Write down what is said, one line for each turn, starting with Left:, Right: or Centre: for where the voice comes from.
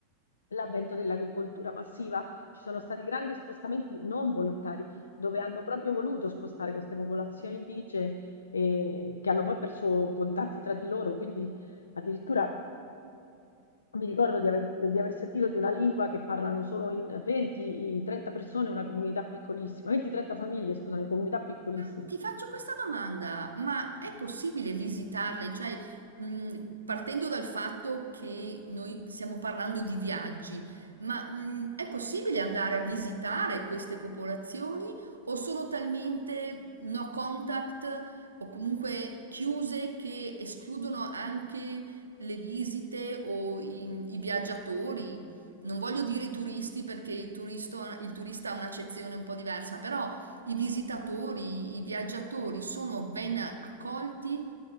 Left: L'avvento dell'agricoltura passiva, ci sono stati grandi spostamenti non volontari, dove hanno proprio voluto spostare queste popolazioni indigene eh, che hanno poi perso contatti tra di loro, quindi Addirittura mi ricordo di aver, di aver sentito di una lingua che parlano solo in 20-30 persone, una comunità piccolissima, 20-30 famiglie, scusami, comunità piccolissime.
Right: Mm, Ti faccio questa domanda, ma è possibile visitarle? Cioè, mm, partendo dal fatto che noi stiamo parlando di viaggi, ma mm, è possibile andare a visitare queste popolazioni o sono talmente no contact o comunque chiuse che escludono anche le visite o i, i viaggiatori? Non voglio dire i turisti perché il turisto- il turista ha un'accezione un po' diversa, però... I visitatori, i viaggiatori sono ben accolti?